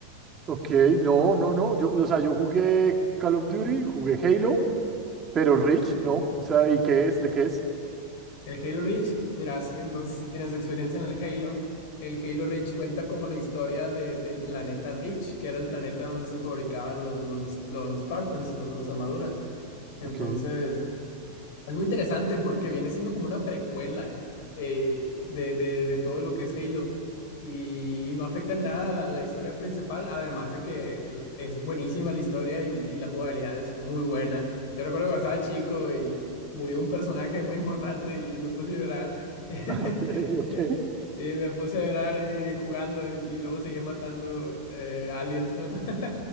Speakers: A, on the right; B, on the left.
A: Ok, no, no, no. Yo, o sea, yo jugué Call of Duty, jugué Halo, pero Reach no. O sea, ¿y qué es? ¿De qué es?
B: El Halo Reach, mira, sí, entonces si tienes experiencia en el Halo, el Halo Reach cuenta como la historia de- del planeta Reach, que era el planeta donde se fabricaban los, los, es- los Spartans, los- las armaduras. Entonces,
A: Ok,
B: Es muy interesante porque viene siendo como una precuela eh, de, de- de todo lo que es Halo y, y no afecta en nada la, la historia principal, además de que la- es buenísima la historia y, y la jugabilidad es muy buena. Yo recuerdo cuando estaba chico y murió un personaje muy importante y me puse a llorar. <laughs>
A: <laughs> ok, ok.
B: Eh, sí, me puse a llorar eh, jugando y luego seguía matando eh, aliens, ¿no? <laughs>